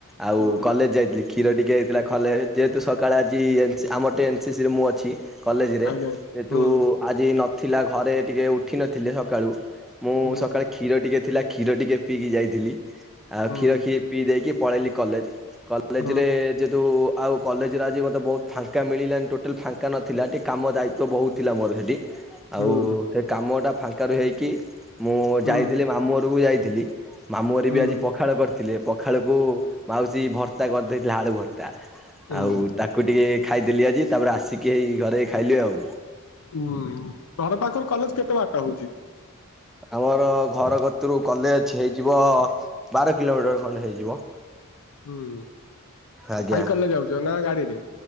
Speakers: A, in the centre; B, on the left.
A: ଆଉ
B: ହୁଁ
A: କଲେଜ ଯାଇଥିଲି। କ୍ଷୀର ଟିକିଏ ହେଇଥିଲା ଖଲେ ଯେହେତୁ ସକାଳେ ଆଜି ଏନ ଆମ ଟେନସିସି ରେ ମୁଁ ଅଛି। କଲେଜରେ
B: ଆଜ୍ଞା
A: ଯେହେତୁ
B: ହୁଁ
A: ଆଜି ନଥିଲା ଘରେ ଟିକିଏ ଉଠି ନଥିଲେ ସକାଳୁ ମୁଁ
B: ହୁଁ
A: ସକାଳେ କ୍ଷୀର ଟିକିଏ ଥିଲା। କ୍ଷୀର ଟିକିଏ ପିଇକି ଯାଇଥିଲି। ଆଉ
B: ହୁଁ
A: କ୍ଷୀରଖି ପିଇ ଦେଇକି ପଳେଇଲି କଲେଜ। କଲେଜରେ
B: ହୁଁ
A: ଯେହେତୁ ଆଉ କଲେଜରେ ଆଜି ମୋତେ ବହୁତ ଫାଙ୍କା ମିଳିଲାନି ଟୋଟାଲ୍ ଫାଙ୍କା ନଥିଲା ଟିକିଏ କାମ ଦାୟିତ୍ୱ ବହୁତ୍ ଥିଲା ମୋର ହେଠି। ଆଉ
B: ହୁଁ
A: ସେ କାମଟା ଫାଙ୍କାରୁ ହେଇକି ମୁଁ
B: ହୁଁ
A: ଯାଇଥିଲି ମାମୁଁ ଘରକୁ ଯାଇଥିଲି। ମାମୁଁଘଅଟି
B: ହୁଁ
A: ବି ଆଜି ପଖାଳ କରିଥିଲେ। ପଖାଳକୁ ମାଉସୀ ଭର୍ତ୍ତା କରିଦେଇଥିଲା ଆଳୁ ଭର୍ତ୍ତା।
B: ହୁଁ
A: ଆଉ ତାକୁ ଟିକିଏ ଖାଇଦେଲି ଆଜି। ତାପରେ ଆସିକି ହେଇ ଘରେ ଖାଇଲି ଆଉ।
B: ହୁଁ ଘର ପାଖରୁ କଲେଜ କେତେ ବାଟ ହୋଉଚି?
A: ଆମର ଘର କତିରୁ କଲେଜ ହେଇଯିବ ବାର କିଲୋମିଟର ଖଣ୍ଡେ ହେଇଯିବ।
B: ହୁଁ। ସାଇକେଲରେ
A: ଆଜ୍ଞା
B: ଯାଉଚ ନା ଗାଡିରେ?